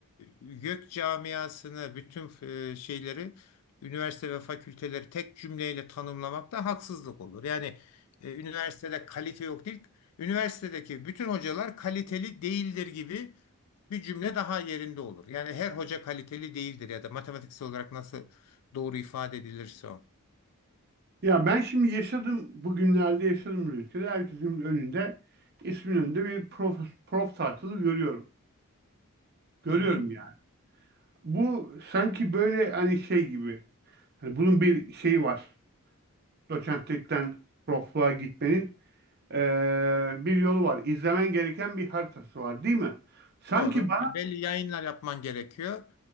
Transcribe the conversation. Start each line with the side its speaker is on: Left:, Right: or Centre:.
Left: YÖK camiasını, bütün e, şeyleri, üniversite ve fakülteleri tek cümleyle tanımlamak da haksızlık olur. Yani e, üniversitede kalite yok değil, üniversitedeki bütün hocalar kaliteli değildir gibi bir cümle daha yerinde olur. Yani her hoca kaliteli değildir ya da matematiksel olarak nasıl doğru ifade edilirse o.
Right: Ya ben şimdi yaşadım, bugünlerde yaşadım bu ülkede. Herkesin önünde, ismin önünde bir prof, prof title'ı görüyorum. Görüyorum
Left: Hı hı.
Right: yani. Bu sanki böyle hani şey gibi. Hani bunun bir şeyi var. Doçentlikten profluğa gitmenin eee, bir yolu var. İzlemen gereken bir haritası var, değil mi? Sanki
Left: Doğru. Ya Belli yayınlar yapman gerekiyor.